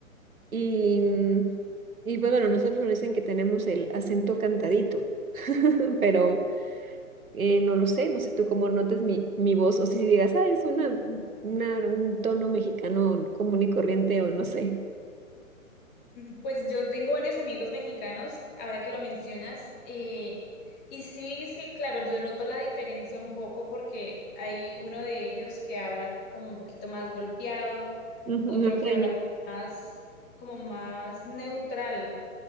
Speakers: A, on the right; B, on the left.
A: Y, mm, y pues bueno, nosotros nos dicen que tenemos el acento cantadito, <laughs> pero eh, no lo sé, no sé tú cómo notes mi, mi voz o si digas, ah, es una, una- un tono mexicano común y corriente o no sé.
B: Mm, Pues yo tengo varios amigos mexicanos, ahora que lo mencionas, eh, y sí, sí, claro, yo noto la diferencia un poco porque hay uno de ellos que habla como un poquito más golpeado,
A: Ujú,
B: otro
A: norteño.
B: que habla como más, como más neutral